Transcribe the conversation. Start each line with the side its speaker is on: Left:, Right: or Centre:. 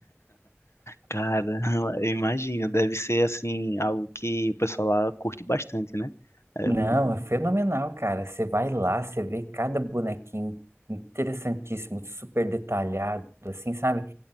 Left: Cara, <laughs> eu imagino, deve ser assim, algo que o pessoal lá curte bastante, né? É,
Right: Não,
Left: mu-
Right: é fenomenal, cara. Você vai lá, você vê cada bonequinho interessantíssimo, super detalhado, assim, sabe?